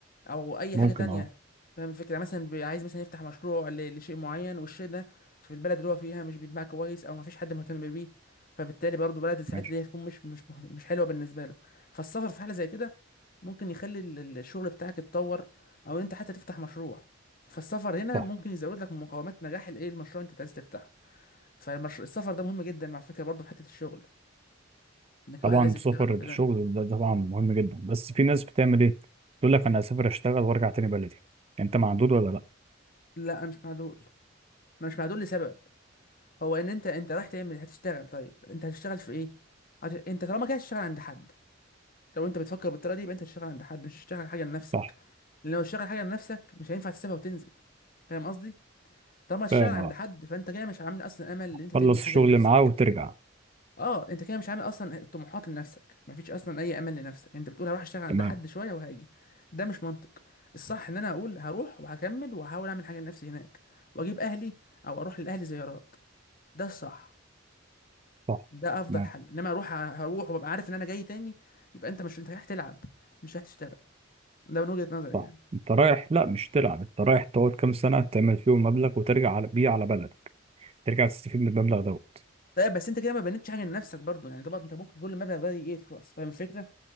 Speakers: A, on the left; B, on the right.
A: او اي
B: ممكن
A: حاجه تانية
B: اه
A: فاهم الفكره يعني مثلا بي- عايز مثلا يفتح مشروع ل- لشيء معين والشيء ده في البلد اللي هو فيها مش بيتباع كويس او مفيش حد مهتم بيه فبالتالي برضه بلد ساعتها
B: ماشي
A: دي هتكون مش مش مه- مش حلوه بالنسبه له فالسفر في حاله زي كده ممكن يخلي ال- ال- الشغل بتاعك يتطور او ان انت حتى تفتح مشروع فالسفر هنا
B: صح
A: ممكن يزود لك من مقومات نجاح الايه المشروع اللي انت عايز تفتحه فالمشروع السفر ده مهم جدا مع فكره برضه في حته الشغل انك
B: طبعا
A: واحد عايز
B: السفر
A: يشتغل وكده
B: الشغل ده طبعا مهم جدا بس في ناس بتعمل ايه تقول لك انا هسافر اشتغل وارجع تاني بلدي انت معدود ولا لا
A: لا انا مش مع دول انا مش مع دول لسبب هو ان انت انت رايح تعمل هتشتغل طيب انت هتشتغل في ايه هت... انت طالما كده هتشتغل عند حد لو انت بتفكر بالطريقه دي يبقى انت هتشتغل عند حد مش هتشتغل حاجه لنفسك
B: صح
A: لان لو تشتغل حاجه لنفسك مش هينفع تسيبها وتنزل فاهم قصدي طالما هتشتغل
B: فاهم
A: عند
B: اه
A: حد فانت كده مش عامل اصلا امل ان انت
B: تخلص
A: تبني حاجه
B: الشغل
A: لنفسك
B: اللي معاه وترجع
A: اه انت كده مش عامل اصلا طموحات لنفسك مفيش اصلا اي امل لنفسك انت بتقول هروح اشتغل عند
B: تمام
A: حد شويه وهاجي ده مش منطق الصح ان انا اقول هروح وهكمل وهحاول اعمل حاجه لنفسي هناك واجيب اهلي او اروح لاهلي زيارات ده الصح
B: صح
A: ده افضل
B: تمام
A: حل انما اروح هروح وابقى عارف ان انا جاي تاني يبقى انت مش انت رايح تلعب مش رايح تشتغل ده من وجهة نظري
B: صح
A: يعني
B: انت رايح لا مش تلعب انت رايح تقعد كام سنه تعمل فيهم مبلغ وترجع على بيه على بلدك ترجع تستفيد من المبلغ دوت
A: طيب بس انت كده ما بنيتش حاجه لنفسك برضو يعني طبعا انت ممكن كل المبلغ ده يخلص فاهم الفكره